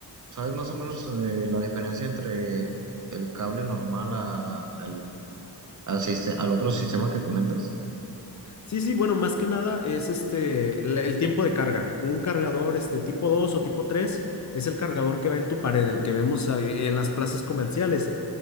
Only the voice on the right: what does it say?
¿sabes más o menos eh, la diferencia entre el cable normal a- al, al siste- al otro sistema que comentas?